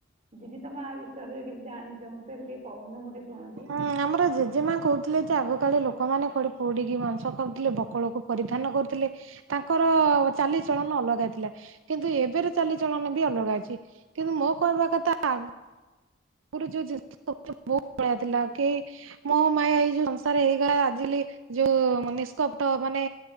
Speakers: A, on the right; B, on the right.
A: ଦିଦି ତମେ ଆ ବିଷୟରେ କିଛି ଜାଣିଛ ମୁଁ ତ ଟିକେ କହୁନ ମୁଁ ଟିକେ ଶୁଣନ୍ତି?
B: ହଁ ଆମର ଜେଜେମା କହୁଥିଲେ ଯେ ଆଗ କାଳର ଲୋକମାନେ କୁଆେଡପୋଡିକି ମାଂସ ଖାଉଥିଲେ ବକଳକୁ? ପରିଧାନ କରୁଥିଲେ ତାଙ୍କର ଚାଲିଚଳନ ଅଲଗା ଥିଲା। କିନ୍ତୁ? ଏବେର ଚାଲିଚଳନା ବି ଅଲଗା ଅଛି କିନ୍ତୁ? ମୋ କହିବା କଥା ମୋର ଯୋଉ ଜିନିଷ ବହୁ ବଢିଆ ଥିଲା କେ ମୋ ମାୟା ଏଇ ଯୋଉ ସଂସାର ହେଇଗଲା ଆଜିଲି। ଯୋଉ ନିଷ୍କପ୍ଟ ମାନେ